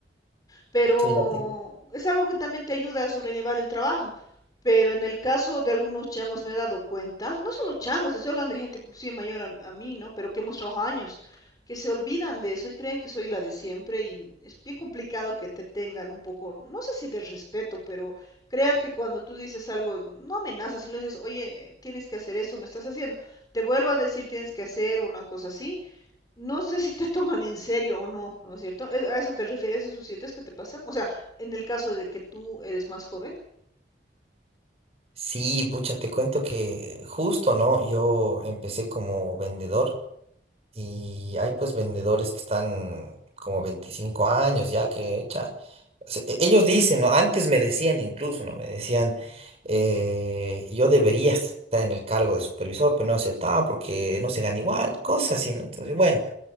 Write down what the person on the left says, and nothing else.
pero
es algo que también te ayuda a sobrellevar el trabajo. Pero en el caso de algunos changos me he dado cuenta, no solo changos, estoy hablando de gente inclusive mayor a, a mí, ¿no? Pero que hemos trabajado años, que se olvidan de eso y creen que soy la de siempre y es bien complicado que te tengan un poco, no sé si de respeto, pero crean que cuando tú dices algo, no amenazas, sino dices, oye, tienes que hacer eso, no estás haciendo, te vuelvo a decir tienes que hacer o una cosa así, no sé si te toman en serio o no, ¿no es cierto? ¿Es- ¿A eso te refieres, esos siete que te pasan? O sea, en el caso de que tú eres más joven.